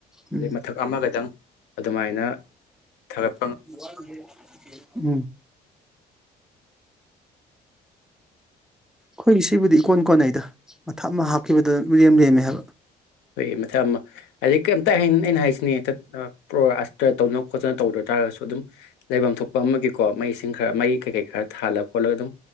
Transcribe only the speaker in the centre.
ꯎꯝ
<unintelligible> ꯎꯝ ꯑꯩꯈꯣꯏꯒꯤ ꯁꯤꯕꯨꯗꯤ ꯏꯀꯣꯟ ꯀꯣꯟꯅꯩꯗ ꯃꯊꯞ ꯑꯃ ꯍꯥꯞꯈꯤꯕꯗ ꯏꯔꯦꯝ ꯂꯦꯝꯃꯦ ꯍꯥꯏꯕ